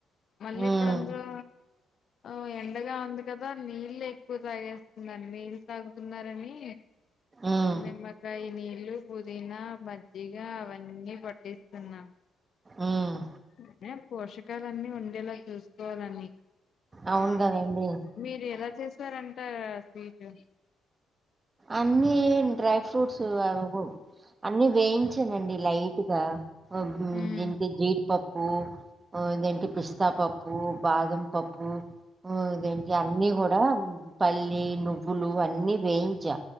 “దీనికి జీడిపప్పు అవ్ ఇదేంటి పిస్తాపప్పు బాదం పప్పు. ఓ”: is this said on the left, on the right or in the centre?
Right